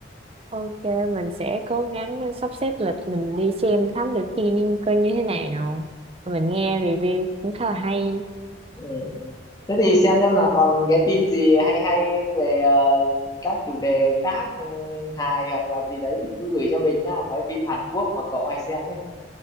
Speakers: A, on the right; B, on the left.
A: ok mình sẽ cố gắng sắp xếp lịch mình đi xem Thám Tử Kiên coi như thế nào mình nghe review cũng khá là hay
B: ừ. thế thì xem xem là còn cái phim gì hay hay về ờ, các chủ đề khác ừ, hài hoặc là gì đấy thì cứ gửi cho mình nhá mấy phim Hàn Quốc mà cậu hay xem ấy